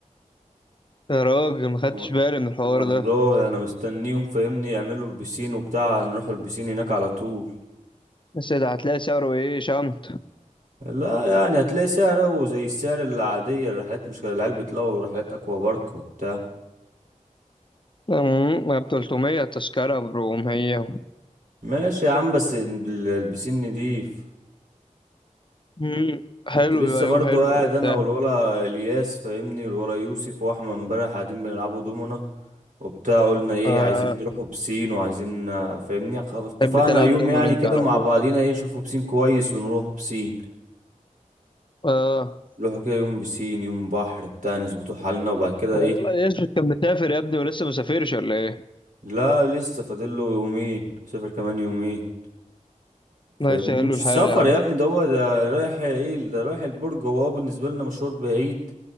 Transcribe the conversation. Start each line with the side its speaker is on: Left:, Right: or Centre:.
Left: يا راجل ما خدتش
Right: و-
Left: بالي من الحوار
Right: والله
Left: ده
Right: انا مستنيهم فاهمني يعملوا البسين وبتاع نروحوا البسين هناك على طول
Left: بس ده هتلاقي سعره ايه شمت
Right: لا يعني هتلاقي سعره زي السعر العادية الرحلات مش العيال بيطلعوا رحلات اكوا بارك وبتاع
Left: أمم، ما ب 300 التذكرة ب 400
Right: ماشي يا عم بس ال- البسين نضيف
Left: أمم، حلو
Right: كنت لسه
Left: بيبقى
Right: برضو
Left: يوم حلو
Right: قاعد
Left: وبتاع
Right: انا والولا الياس فاهمني والولا يوسف واحمد امبارح قاعدين بنلعبوا دومنا وبتاع قلنا ايه
Left: آه
Right: عايزين نروحوا بسين وعايزين آه، فاهمني خ- اتفقنا
Left: تحب تلعب
Right: يوم
Left: دومين
Right: يعني
Left: انت
Right: كده
Left: على
Right: مع
Left: طول
Right: بعضينا ايه نشوفوا بسين كويس ونروح بسين
Left: اه
Right: نروحوا كده يوم بسين يوم بحر بتاع نظبطوا حالنا وبعد كده
Left: والله
Right: ايه
Left: يوسف كان مسافر يا ابني ولسه مسافرش ولا ايه؟
Right: لا لسه فاضل له يومين سافر كمان يومين فاهمني
Left: الله يسهل
Right: مش
Left: له الحال
Right: سفر
Left: يا عم
Right: يا ابني ده هو ده رايح ايه ده رايح البرج هو بالنسبة لنا مشوار بعيد